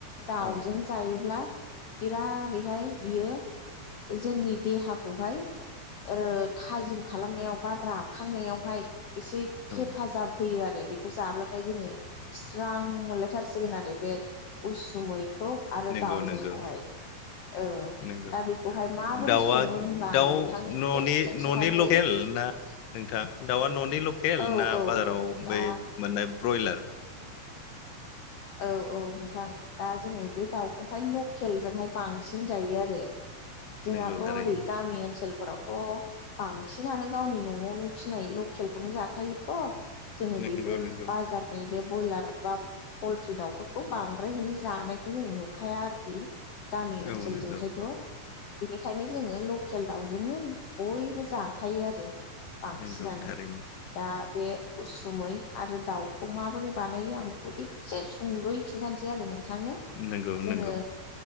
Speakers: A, on the left (about 55°); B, on the left (about 75°).
A: दाउजों
B: औ
A: जायोब्ला बिरादैहाय बियो जोंनि देहाखौहाय ओ थाजिम खालामनायाव बा राखांनायावहाय एसे
B: औ
A: हे हेफाजाब होयो आरो बेखौ जाब्लाथाय जोङो स्रां मोनलायथारसिगोन आरो बे उसुमै खौ आरो
B: नंगौ
A: दाउ
B: नंगौ
A: जखौहाय औ
B: नंगौ
A: दा बेखौहाय माबोरै
B: दाउआ
A: सङो होनबा
B: दाउ
A: आङो नोंथांनो
B: न'नि
A: एतसे खिन्थानोसै
B: न'नि लकेल ना नोंथां दाउआ न'नि लकेल
A: औ
B: ना
A: औ
B: बाजाराव
A: दा।
B: बै मोननाय ब्रयलार
A: औ औ नोंथां दा जोङो बे दाउखौहाय लकेलजोंहाय बांसिन जायो आरो। जोंहाथ'
B: नंगौ थारैनो
A: ओरै गामि ओनसोल फोरावथ' बांसिनानो गावनि न'आवनो फिनाय लकेलखौनो जाखायोथ' जों
B: नंगौ
A: बेफोर
B: नंगौ
A: बाजारनि बे ब्रयलार बा पलट्रि दाउफोरखौ बांद्रायहैनो जानायखौ जों नुखाया आरोखि। गामि ओनसोलजोंथायथ'
B: औ नंगौ
A: बेनिखायनो जोङो लकेल दाउजोंनो बयबो जाखायो आरो। बांसिनानो
B: नंगौ थारैनो
A: दा बे उसुमै आरो दाउखौ माबोरै बानायो आं बेखौदि एसे सुंद'यै खिन्थानोसै आरो नोंथांनो
B: नंगौ
A: जोङो
B: नंगौ